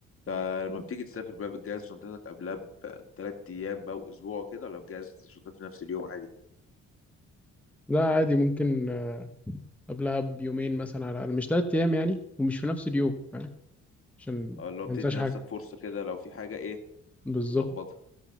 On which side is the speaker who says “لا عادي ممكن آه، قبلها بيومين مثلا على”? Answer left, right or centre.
Centre